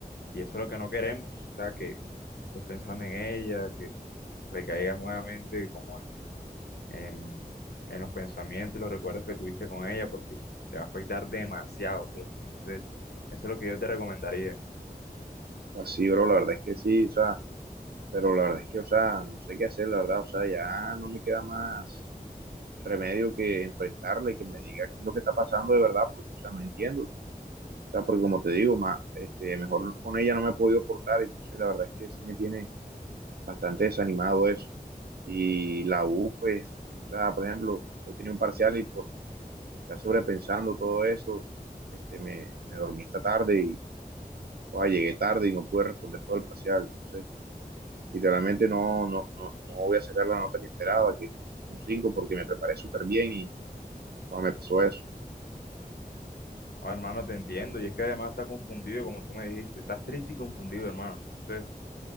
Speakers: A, on the left; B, on the right.
A: y eso es lo que no queremos. O sea, que estés pensando en ella, que recaigas nuevamente como en en, en los pensamientos y los recuerdos que tuviste con ella, porque te va a afectar demasiado, bro. Entonces, eso es lo que yo te recomendaría.
B: Así, bro, la verdad es que sí, o sea, pero la verdad es que, o sea, no sé qué hacer, la verdad, o sea, ya no me queda más remedio que enfrentarle, que me diga qué es lo que está pasando de verdad, porque, o sea, no entiendo, o sea, porque como te digo, más, este, mejor con ella no me he podido portar, entonces la verdad es que sí me tiene bastante desanimado eso. Y la U, pues, o sea, por ejemplo, hoy tenía un parcial y por estar sobrepensando todo eso, este, me, me dormí esta tarde y, o sea, llegué tarde y no pude responder todo el parcial, entonces Literalmente no, no, no, no voy a sacar la nota que esperaba, que, que es un 5 porque me preparé súper bien y ah, me pasó eso.
A: Ahora, hermano, te entiendo, y es que además está confundido, como tú me dijiste, estás triste y confundido, hermano. Entonces,